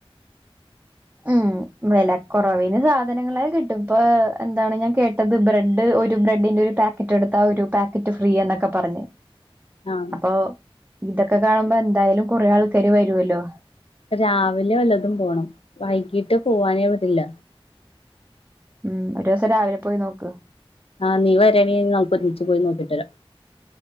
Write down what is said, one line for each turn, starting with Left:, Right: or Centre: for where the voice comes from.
Right: ഉം വെലക്കൊറവിന് സാധനങ്ങളെ കിട്ടും ഇപ്പൊ എന്താണ് ഞാൻ കേട്ടത് ബ്രെഡ് ഒരു ബ്രെഡിന്റെ ഒരു പാക് ക്കറ്റ് എടുത്താ ഒരു പാക്കറ്റ് ഫ്രീ യെന്നൊക്കെ പറഞ്ഞ്
Left: ആഹ്
Right: അപ്പൊ ഇതൊക്കെ കാണുമ്പോ എന്തായാലും കൊറെ ആൾക്കാര് വരുവല്ലോ
Left: രാവിലെ വല്ലതും പോണം വൈകീട്ട് പോവാനേഇത്ല്ല
Right: ഉം ഒരോസം രാവിലെ പോയി നോക്ക്
Left: ആഹ് നീ വരാണങ്കി നമുക്ക് ഒരുമിച്ച് പോയി നോക്കിട്ട് വരാം